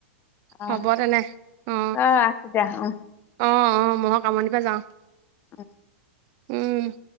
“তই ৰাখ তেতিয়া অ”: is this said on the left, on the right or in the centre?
Left